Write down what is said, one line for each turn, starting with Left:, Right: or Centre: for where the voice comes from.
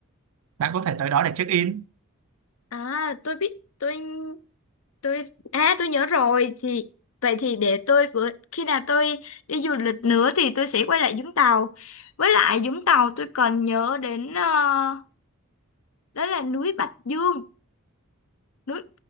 Right: bạn có thể tới đó để check in
Left: à tôi biết tôi tôi à tôi nhớ rồi thì vậy thì để tôi vừa khi nào tôi đi du lịch nữa thì tôi sẽ quay lại Vũng Tàu với lại Vũng Tàu tôi còn nhớ đến ờ, đó là núi Bạch Dương núi